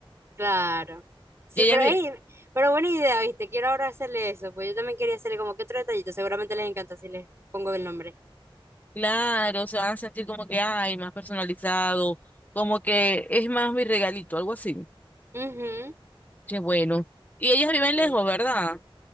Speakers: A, on the right; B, on the left.
A: Claro. Sí,
B: Y ellas,
A: pero,
B: vi-
A: ey, pero buena idea, ¿viste? Quiero ahora hacerle eso, pues yo también quería hacerle como que otro detallito, seguramente les encanta si les pongo el nombre.
B: claro, se van a sentir como que hay más personalizado, como que es más mi regalito, algo así.
A: Ujú.
B: Qué bueno. Y ellas viven
A: Sí,
B: lejos, ¿verdad?